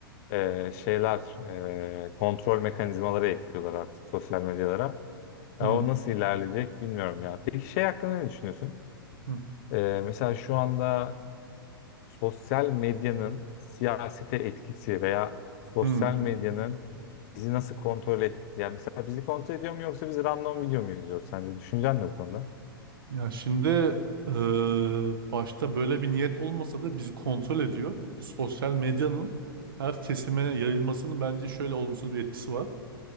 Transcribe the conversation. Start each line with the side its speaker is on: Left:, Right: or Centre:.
Left: e, şeyler, e, kontrol mekanizmaları ekliyorlar artık sosyal medyalara.
Right: Hı
Left: Ya o nasıl ilerleyecek bilmiyorum ya. Peki şey hakkında ne düşünüyorsun?
Right: hı.
Left: Ee, mesela şu anda sosyal medyanın siyasete etkisi veya sosyal
Right: Hı.
Left: medyanın bizi nasıl kontrol ettiği. Yani mesela bizi kontrol ediyor mu yoksa biz random video mu izliyoruz sence? Düşüncen ne bu konuda?
Right: Ya şimdi eee, başta böyle bir niyet olmasa da bizi kontrol ediyor. Sosyal medyanın her kesime yayılmasının bence şöyle olumsuz bir etkisi var.